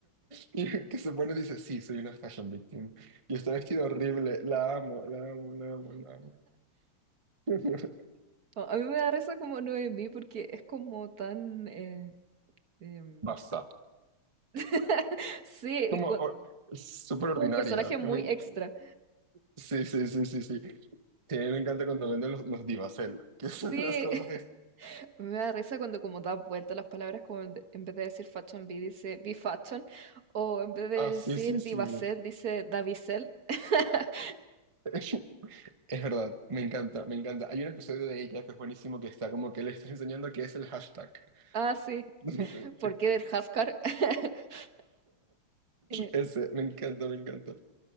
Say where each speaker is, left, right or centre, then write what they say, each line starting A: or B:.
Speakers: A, on the right (about 30°); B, on the right (about 50°).
A: Y el que se pone dice, sí, soy una fashion victim. Y está vestido horrible. La amo, la amo, la amo, la amo. <laughs>
B: No, A mí me da risa como Noemí porque es como tan... eh, em,
A: Basta.
B: <laughs> Sí,
A: Como
B: y cua-
A: or- súper
B: como
A: ordinaria.
B: un personaje muy
A: I mean,
B: extra.
A: sí, sí, sí, sí, sí. Sí, a mí me encanta cuando venden los, los Divacel, que son
B: Sí,
A: las cosas...
B: <laughs>
A: es-
B: a mí me da risa cuando como da vuelta las palabras, como en, de- en vez de decir Fashion B dice B-Fashion, o en vez de
A: Ah, sí,
B: decir
A: sí, sí,
B: Divacel
A: sí.
B: dice Davicel. <laughs>
A: <laughs> Es verdad, me encanta, me encanta. Hay un episodio de ella que es buenísimo, que está como que le está enseñando qué es el hashtag.
B: Ah, sí,
A: <laughs>
B: ¿por qué del Haskar? <laughs> Eh,
A: Ese, me encanta, me encanta.